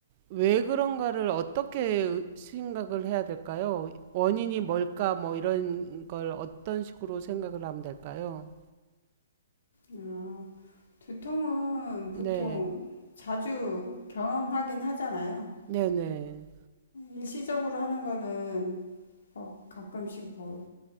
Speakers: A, on the right; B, on the left.
A: 왜 그런가를 어떻게 생각을 해야 될까요? 원인이 뭘까 뭐 이런 걸 어떤 식으로 생각을 하면 될까요?
B: 아, 두통은
A: 네.
B: 보통 자주 경험하긴 하잖아요.
A: 네네.
B: 일시적으로 하는 거는 뭐 가끔씩 뭐